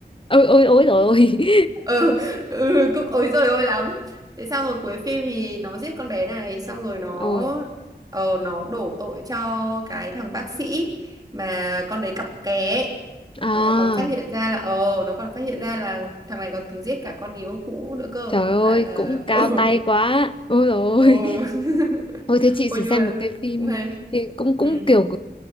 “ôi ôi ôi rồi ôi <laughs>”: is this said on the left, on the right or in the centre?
Left